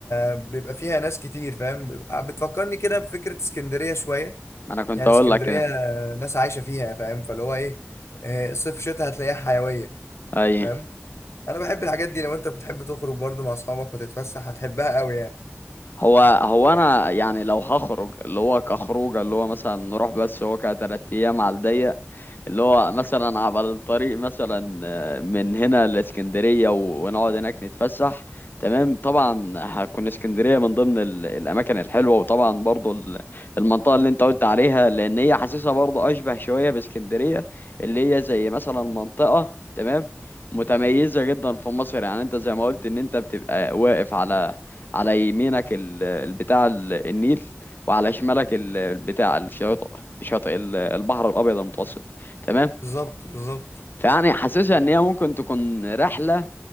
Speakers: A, on the left (about 70°); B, on the left (about 45°).
A: آه بيبقى فيها ناس كتير فاهم بتفكرني كده بفكرة اسكندرية شوية
B: ما انا كنت
A: يعني
B: اقول
A: اسكندريه
B: لك كده
A: ناس عايشه فيها فاهم فاللي هو ايه آه، صيف شتاء هتلاقيها حيويه
B: ايوه
A: فاهم انا بحب الحاجات دي لو انت بتحب تخرج برضو مع اصحابك وتتفسح هتحبها قوي يعني
B: هو هو انا يعني لو هخرج اللي هو كخروجه اللي هو مثلا نروح بس هو كتلات ايام على الضيق اللي هو مثلا على الطريق مثلا آه، من هنا لاسكندريه و- ونقعد هناك نتفسح تمام طبعا هتكون اسكندريه من ضمن ال- الاماكن الحلوه وطبعا برضو ال- المنطقه اللي انت قلت عليها لان هي حاسسها برضو اشبه شويه باسكندريه اللي هي زي مثلا منطقه تمام متميزه جدا في مصر يعني انت زي ما قلت ان انت بتبقى واقف على على يمينك ال- البتاع ال- النيل وعلى شمالك ال- البتاع الشاطئ شاطئ ال- البحر الابيض المتوسط تمام
A: بالظبط بالظبط
B: فيعني حاسسها ان هي ممكن تكون رحله